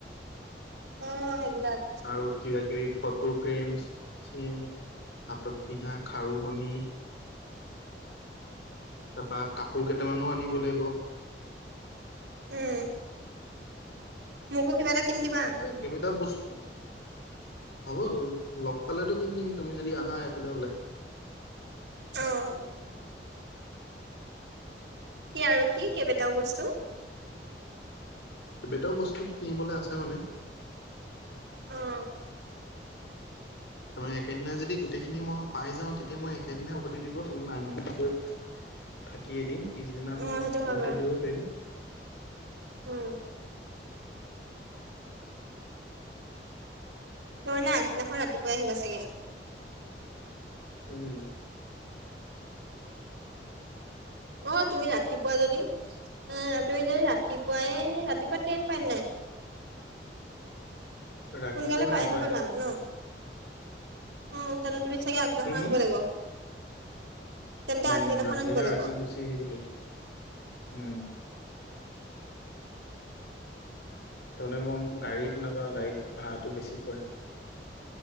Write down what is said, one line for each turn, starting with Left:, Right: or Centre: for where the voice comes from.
Right: অ', সেইবিলাক
Left: আৰু কিবা কিবি ফটো ফ্ৰেম, চেম, হাতত পিন্ধা খাৰুমণি। তাৰপা কাপোৰ কেইটামানো আনিব লাগিব।
Right: উম মোকো কিবা এটা কিনি দিবা।
Left: কেইবাতাও বস্তু, হ'ব হ'ব লগ পালেতো কিনিদিম তুমি যদি আহা এফালে ওলাই।
Right: অ', কি আৰু কি কেইবটাও বস্তু
Left: কেবাটাও বস্তু কিনিবলৈ আছে মানে
Right: অ',
Left: তাৰমানে একেদিনা যদি গোটেইখিনি মই পাই যাওঁ তেতিয়া মই একেদিনাই উভতি দিব পাৰিম আ থাকি এদিন পিছদিনা মই
Right: অ
Left: উভতি
Right: সেইটো হয় বাৰু
Left: দিব পাৰিম
Right: উম ত' মানে আগদিনাখন ৰাতিপুৱাই আহিব চাগে
Left: উম
Right: অ' তুমি ৰাতিপুৱা যদি অ' তুমি যদি ৰাতিপুৱাই ৰাতিপুৱা ট্ৰেইন পাই নাই
Left: ৰাতিপুৱা
Right: সোনকালে পাই
Left: নাপায়
Right: হবলা ন অ' জানো তুমি চাগে আগদিনা
Left: হম
Right: আহিব
Left: হম
Right: লাগিব তেন্তে
Left: উম
Right: আগদিনাখন
Left: আগদিনা
Right: আহিব লাগিব
Left: ৰাতি গুচি আহিবলৈ উম তাৰমানে মই গাড়ীত নাযাওঁ গাড়ীত ভাড়াটো বেছি পৰে